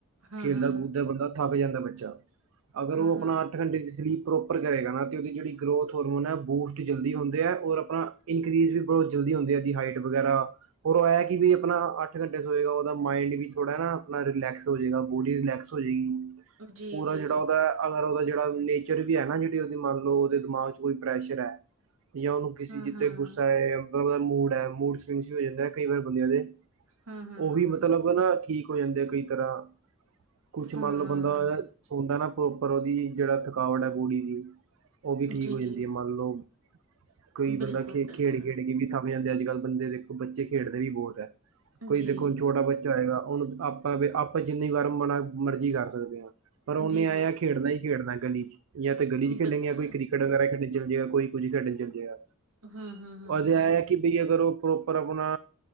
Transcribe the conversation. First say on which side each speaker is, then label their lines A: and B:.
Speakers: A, on the right (about 80°); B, on the right (about 65°).
A: ਹਮ-ਹਮ
B: ਖੇਲਦਾ ਕੂਦਦਾ ਬੰਦਾ ਥੱਕ ਜਾਂਦਾ ਬੱਚਾ ਅਗਰ
A: ਹਮ-ਹਮ
B: ਉਹ ਆਪਣਾ ਅੱਠ ਘੰਟੇ ਦੀ ਸਲੀਪ ਪ੍ਰੋਪਰ ਕਰੇਗਾ ਨਾ ਤੇ ਉਹਦੀ ਜਿਹੜੀ ਗਰੋਥ ਹਰਮੋਨ ਹੈ ਉਹ ਬੂਸਟ ਜਲਦੀ ਹੁੰਦੇ ਹੈ ਔਰ ਆਪਣਾ ਇਨਕਰੀਜ਼ ਵੀ ਬਹੁਤ ਜਲਦੀ ਹੁੰਦੀ ਆ ਜੀ ਹਾਈਟ ਵਗੈਰਾ ਰ ਉਹ ਇਹ ਹੈ ਕਿ ਵੀ ਆਪਣਾ ਅੱਠ ਘੰਟੇ ਸ ਹੋਏਗਾ ਉਹਦਾ ਮਾਇੰਡ ਵੀ ਥੋੜਾ ਨਾ ਆਪਣਾ ਰਿਲੈਕਸ ਹੋ ਜਾਵੇਗਾ ਬੋਡੀ ਰਿਲੈਕਸ ਹੋ ਜਾਏਗੀ
A: ਜੀ-ਜੀ
B: ਪੂਰਾ ਜਿਹੜਾ ਉਹਦਾ ਅਗਰ ਉਹਦਾਿਹੜਾ ਨੇਚਰ ਵੀ ਹੈ ਨਾ ਜਿਹੜ ਉਹਦੀ ਮੰਨ ਲਓ ਉਹਦੇ ਦਿਮਾਗ 'ਚਈ ਪ੍ਰੈਸ਼ਰ ਹੈ ਜਾਂ ਉਹਨੂੰ ਕਿਸੇ
A: ਹਮ-ਹਮ
B: ਜਿੱ ਤੇ ਗੁੱਸਾ ਹੈਦਾ ਮੂਡ ਹੈ ਮੂਡ ਸਵਿੰਗ ਹੋ ਜਾਂਦਾ ਕਈ ਵਾਰ ਬੰਦਿਆਂ ਦੇ
A: ਹਮ-ਹਮ-ਹਮ-ਹਮ
B: ਉਹ ਵੀ ਮਤਲਬ ਨਾ ਠੀਕ ਹੋ ਜਾਂਦੇ ਆ ਕਈ ਤਰ੍ਹਾਂ ਕੁਛ
A: ਹਮ
B: ਮੰਨ ਲਓ ਬੰਦਾ ਸੋਂਦਾ ਨਾ ਪ੍ਰੋਪਰ ਉਹਦੀ ਜਿਹੜਾ ਥਕਾਵਟ ਹੈ ਬੋਡੀ ਦੀ ਉਹ ਵੀ ਠੀਕ
A: ਜੀ
B: ਹੋ ਜਾਂਦੀ ਹੈ ਮੰਨ ਲਓ ਕਈ
A: ਬਿਲਕੁਲ-ਬਿਲਕੁਲ
B: ਬੰਦਾ ਖੇਡ ਖੇਡ ਕੇ ਵੀ ਥੱਕ ਜਾਂਦੇ ਅੱਜ ਕੱਲ੍ਹ ਬੰਦੇ ਦੇਖੋ ਬੱਚੇ ਖੇਡਦੇ ਵੀ ਬਹੁਤ ਹੈ ਕੋਈ
A: ਜੀ
B: ਦੇਖੋ ਹੁਣ ਛੋਟਾ ਬੱਚਾ ਹੋਏਗਾ ਉਹੂੰ ਆਪਾਂ ਵੀ ਆਪਾਂ ਜਿੰਨੀ ਵਾਰ ਵਾਲਾ ਮਰਜ਼ੀ ਕਰ ਸਕਦੇ ਹਾਂ ਪਰ ਉਨੇ
A: ਜੀ-ਜੀ
B: ਆਆ ਖੇਡਣਾ ਹੀ ਖੇਡਣਾ ਗਲੀ ਚ ਜਾਂ ਤਾਂ ਗਲੀ ਚ ਖੇਡਣਗੀਆਂ
A: ਬਿਲਕੁਲ
B: ਕੋਈ ਕ੍ਰਿਕਟ ਵਗੈਰਾ ਖੇਡਣ ਚੱਲ ਜਾਏਗਾ ਕੋਈ ਕੁਝ ਖੇਡਣ ਚੱਲ ਜਾਏਗਾ
A: ਹਮ-ਹਮ-ਹਮ-ਹਮ
B: ਅਦੇ ਹੈ ਕਿ ਬਈ ਅਗਰ ਉਹ ਪ੍ਰੋਪਰ ਆਪਣਾ